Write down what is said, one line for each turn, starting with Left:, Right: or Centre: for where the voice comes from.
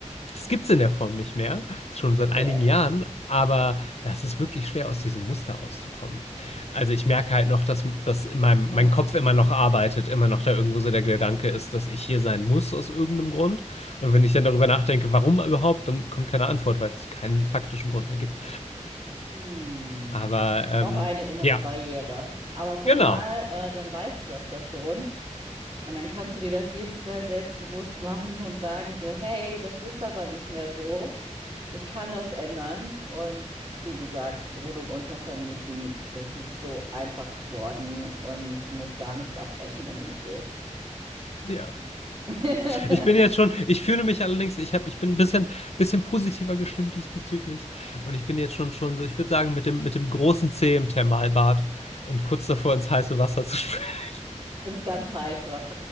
Left: Das gibt es in der Form nicht mehr, schon seit
Right: Okay.
Left: einigen Jahren, aber ja, es ist wirklich schwer, aus diesem Muster auszukommen. Also ich merke halt noch, dass, dass in meinem,
Right: Ja.
Left: mein Kopf immer noch arbeitet, immer noch da irgendwo so der Gedanke ist, dass ich hier sein muss aus irgendeinem Grund. Und wenn ich dann darüber nachdenke, warum überhaupt, dann kommt keine Antwort, weil es keinen faktischen Grund mehr gibt.
Right: Hm.
Left: Aber ähm,
Right: Noch eine innere
Left: ja,
Right: Barriere. Aber guck
Left: genau.
Right: mal, äh, dann weißt du das ja schon. Und dann kannst du dir das jedes Mal selbstbewusst machen und sagen so, hey, das ist aber nicht mehr so. Ich kann das ändern. Und wie gesagt, Wohnung untervermieten, es ist so einfach geworden und du musst gar nichts abbrechen, wenn du nicht willst.
Left: Ja.
Right: <laughs>
Left: Ich bin jetzt schon, ich fühle mich allerdings, ich hab, ich bin ein bisschen, bisschen positiver gestimmt diesbezüglich. Und ich bin jetzt schon, schon so, ich würde sagen, mit dem, mit dem großen C im Thermalbad und kurz davor ins heiße Wasser zu springen. <laughs>
Right: Ins ganz Heiße.